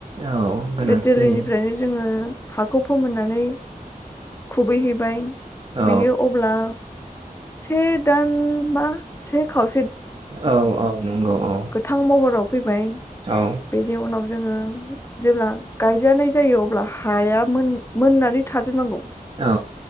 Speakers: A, on the right (about 35°); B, on the left (about 15°).
A: औ गोनांथि
B: बे जोलैनिफ्रायनो
A: जायो
B: जोङो हाखौ फोमोननानै खुबै हैबाय
A: औ
B: बेयो अब्ला से दान बा से खाव
A: औ औ नंगौ। औ
B: गोथां महराव फैबाय
A: औ
B: बेनि उनाव जोङो जेब्ला गायजानाय जायो अ ब्ला हाया मोन मोननानै थाजोबनांगौ।
A: औ